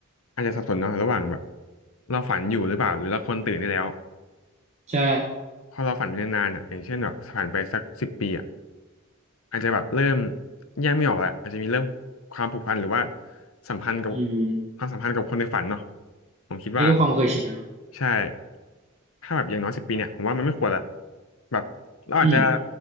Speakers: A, on the left; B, on the right.
A: อาจจะสับสนเนาะระหว่างแบบเราฝันอยู่หรือเปล่าหรือเราคนตื่นได้แล้ว
B: ใช่
A: พอเราฝันไปนานๆอ่ะอย่างเช่นแบบผ่านไปสักสิบปีอ่ะอาจจะแบบเริ่มแยกไม่ออกแหละอาจจะมีเริ่มความผูกพันหรือว่าสัมพันธ์กับ
B: อืม
A: ความสัมพันธ์กับคนในฝันเนาะผมคิดว่า
B: นี่ก็ความเคยชินนะเนอะ
A: ใช่ถ้าแบบอย่างน้อยสิบปีเนี่ยผมว่ามันไม่ควรละแบบเราอาจจะ
B: อืม